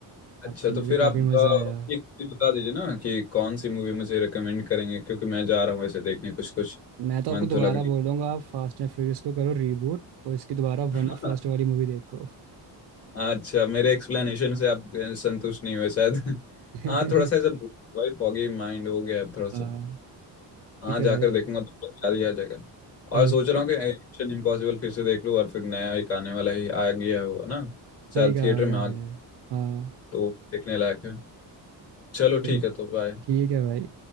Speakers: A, on the left; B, on the right.
A: अच्छा
B: आपसे
A: तो
B: मिलकर
A: फिर आप
B: काफी मजा
A: अ,
B: आया
A: एक चीज बता दीजिए ना कि कौन सी मूवी मुझे रेकमेंड करेंगे क्योंकि मैं जा रहा हूँ ऐसे देखने कुछ कुछ
B: मैं तो
A: मन
B: आपको दोबारा
A: तो लग
B: बोलूंगा आप फास्ट एंड फ्यूरियस को करो रीबूट और इसकी दोबारा
A: नहीं
B: वन
A: <laughs>
B: फर्स्ट वाली मूवी देखो
A: अच्छा मेरे एक्सप्लेनेशन से आप अ, संतुष्ट नहीं हुए शायद <laughs>
B: <laughs>
A: हाँ थोड़ा सा ऐसा भाई फॉगी माइंड हो गया अब थोड़ा सा
B: हाँ
A: हाँ
B: ठीक है
A: जाकर
B: भाई
A: देखूंगा तो याद ही आ जाएगा और
B: ओके
A: सोच रहा हूँ कि मिशन इम्पॉसिबल फिर से देख लूँ और फिर नया एक आने वाला ही आ गया होगा ना
B: सही
A: शायद
B: कहा
A: थिएटर
B: भाई
A: में
B: आपने
A: आ
B: हाँ
A: तो देखने लायक है चलो
B: तो
A: ठीक है तो बाय
B: ठीक है भाई